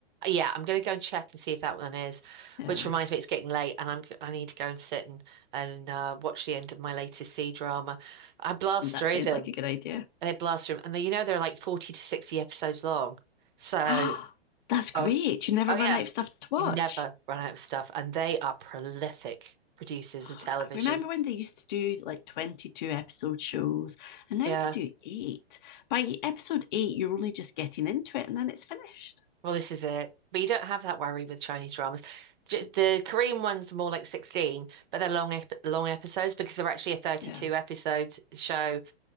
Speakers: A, on the right; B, on the left.
A: yeah, I'm going to go and check and see if that one is.
B: Yeah,
A: Which reminds me, it's getting late, and I'm g- I need to go and sit and and uh, watch the end of my latest C drama. I blast
B: and that
A: through
B: sounds
A: them.
B: like a good idea.
A: They blast through them, and they, you know they're like 40 to 60 episodes long. So,
B: <gasps> That's great.
A: oh,
B: You never
A: oh
B: run
A: yeah.
B: out of stuff to watch.
A: You never
B: <sighs>
A: run out of stuff, and they are prolific producers
B: Oh,
A: of television.
B: I remember when they used to do like 22 episode shows, and now
A: Yeah,
B: they do eight. By episode eight, you're only just getting into it, and then it's finished.
A: well, this is it. But you don't have that worry with Chinese dramas. J- The Korean ones are more like 16, but they're long ep long episodes because they're actually a 32
B: Yeah.
A: episode show